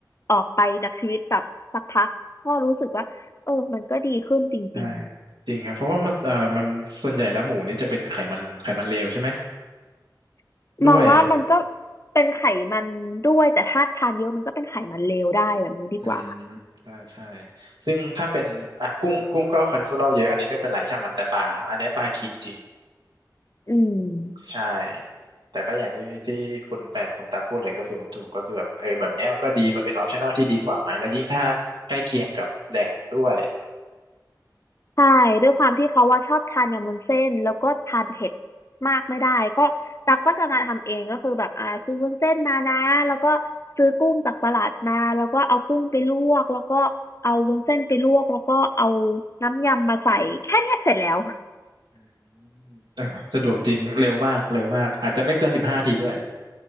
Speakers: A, on the left; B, on the right.
A: ออกไปจากชีวิตแบบสักพักก็รู้สึกว่าเออมันก็ดีขึ้นจริง
B: ใช่จริงครับเพราะว่ามันเอ่อมันส่วนใหญ่แล้วหมูนี่จะเป็นไขมันไขมันเลวใช่ไหม
A: ๆมองว่ามันก็
B: ด้วย
A: เป็นไขมันด้วยแต่ถ้าทานเยอะมันก็เป็นไขมันเลวได้แบบนี้ดีกว่า
B: อืมใช่ใช่ซึ่งถ้าเป็นอ่ะกุ้งกุ้งก็คอเลสเตอรอลเยอะอันนี้ไม่เป็นไรช่างมันแต่ปลาอันนี้ปลาคลีนจริง
A: อืม
B: ใช่แต่ก็อย่างที่ที่คุณแฟนคุณตักพูดเลยก็คือมันถูกก็คือแบบเออแบบเนี้ยมันก็ดีมันเป็นออปชั่น l ที่ดีกว่าไหมแล้วยิ่งถ้าใกล้เคียงกับแหล่งด้วย
A: ใช่ด้วยความที่เขาว่าชอบทานยำวุ้นเส้นแล้วก็ทานเผ็ดมากไม่ได้ก็ตักก็จะมาทำเองก็คือแบบอ่าซื้อวุ้นเส้นมานะแล้วก็ซื้อกุ้งจากตลาดมาแล้วก็เอากุ้งไปลวกแล้วก็เอาวุ้นเส้นไปลวกแล้วก็เอาน้ำยำมาใส่แค่เนี้ยเสร็จแล้ว
B: อืม <laughs> สะดวกจริงเร็วมากเร็วมากอาจจะไม่เกินสิบห้าทีด้วย